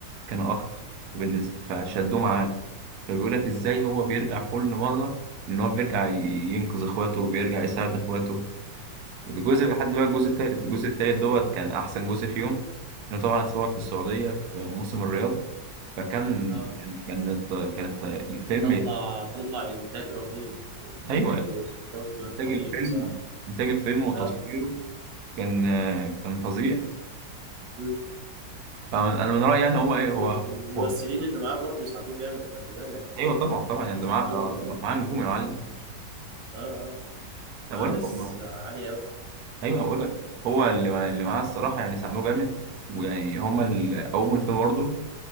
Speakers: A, on the right; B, on the right.
A: كانوا اكتر بالنسبه فشدوه معاه فبيقول لك ازاي هو بيرجع كل مره ان هو بيرجع ينقذ اخواته وبيرجع يساعد اخواته الجزء
B: اه
A: لحد بقى الجزء التالت الجزء التالت دوت كان احسن جزء فيهم انه طبعا اتصور في السعوديه في موسم الرياض فكان
B: اه
A: كان- كانت كانت الفيلم
B: طلع طلع انتاج رهيب انتاج
A: ايوه يعني
B: واخراج
A: انتاج
B: رهيب
A: الفيلم
B: بصراحه
A: انتاج الفيلم وتصويره
B: اه
A: كان كان فظيع
B: مم.
A: طبعاً انا من رايي يعني هو ايه هو
B: والممثلين
A: هو
B: اللي معاه برضه ساعدوه جامد خلي بالك يعني
A: ايوه طبعا طبعا
B: ما
A: يعني
B: تنساش
A: ده معاه
B: دورهم
A: ده
B: برضه
A: معاه نجوم يا معلم
B: اه اه
A: انا
B: مع
A: بقول لك
B: ناس
A: هم
B: عاليه قوي
A: ايوه بقول لك هو اللي مع- اللي معاه الصراحه يعني ساعدوه جامد ويعني هما اللي قوموا الفيلم برضه